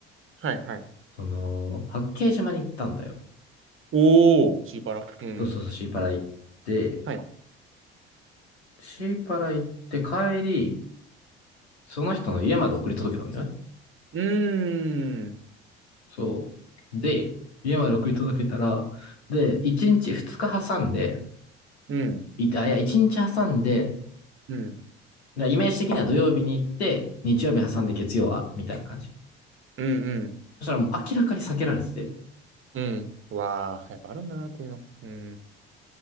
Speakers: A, on the right; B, on the left.
A: はいはい。
B: その、八景島に行ったんだよ。
A: おー、シーパラ。うん。
B: そうそうそう、シーパラ行って、
A: はい。
B: シーパラ行って帰り、その人の家まで送り届けたんだよね。
A: うーん。
B: そう。で、家まで送り届けたら、で、1日、2日挟んで、
A: うん。
B: いた、いや、1日挟んで、だか
A: うん。
B: らイメージ的には土曜日に行って、日曜日挟んで月曜は、みたいな感じ。
A: うんうん。
B: そしたらもう明らかに避けられてて。
A: うん。うわあ、やっぱあるんだな、こういうの。うん。